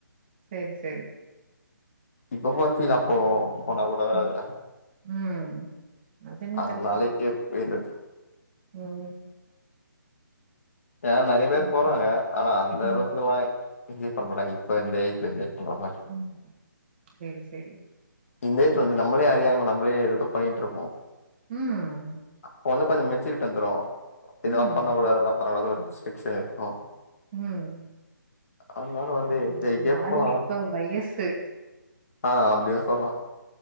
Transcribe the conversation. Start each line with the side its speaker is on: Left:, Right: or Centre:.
Right: சரி சரி
Left: இப்ப போறதுக்கு அப்போ போனா கூட வராதுல
Right: ம் ம் அது என்னமோ
Left: அத்னால
Right: கரெக்ட் தா
Left: இப்பே போய்றது
Right: ம்
Left: அனா நெறைய பேர்
Right: ம்
Left: போறாங்க ஆனா அந்த
Right: ம்
Left: அளவுக்கு எல்லா <unintelligible> பண்ண மாட்டாங்க இப்ப வந்து <unintelligible> பண்றாங்க
Right: ம் சேரி சேரி
Left: இந்த ஏஜ்ல வந்து நம்மளே அறியாம நம்மளே ஏதோதோ பண்ணிட் இருப்போ
Right: ம்
Left: அப்ப வந்து கொஞ்சொ மெச்சூரிட்டி வந்துரு இதலா
Right: ம்
Left: பண்ணக்கூடாதுல்ல அதனால அது ஒரு ரெஸ்ட்ரிக்ஸன் இருக்கூ
Right: ம்
Left: அதனால வந்து
Right: இது
Left: <unintelligible>
Right: வாலிப வயசு
Left: ஆ அப்டியு சொல்லலா